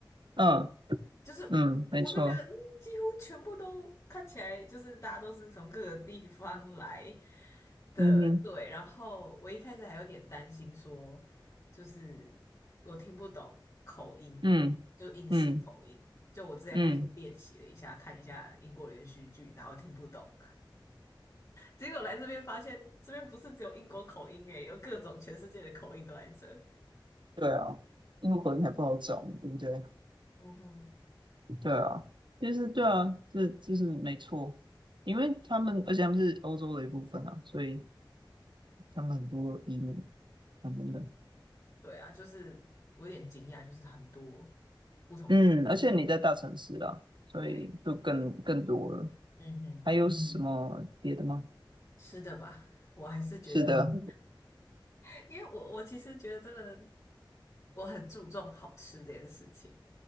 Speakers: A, on the right; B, on the left.
A: 嗯
B: 就是
A: 嗯，没错。
B: 我就觉得，嗯，几乎全部都看起来就是大家都是从各个地方来的，
A: 嗯哼，
B: 对。然后我一开始还有点担心说，就是我听不懂口音，
A: 嗯
B: 就英式口音。
A: 嗯
B: 就我之前还是练习了一下，
A: 嗯，
B: 看一下英国连续剧，然后听不懂。结果来这边发现，这边不是只有英国口音诶，有各种全世界的口音都在这。
A: 对啊，因为口音还不好找，对不对？
B: 嗯哼，
A: 对啊，就是对啊，这这是没错，因为他们，而且他们是欧洲的一部分啊，所以他们很多移民等等等。
B: 对啊，就是我有点惊讶，就是很多不同的种族。
A: 嗯，而且你在大城市啦，所以就更更多了。
B: 对，嗯哼，
A: 还有什么别的吗？
B: 吃的吧，我还是觉得，
A: 是的，
B: <laughs> 因为我我其实觉得真的，我很注重好吃这件事情。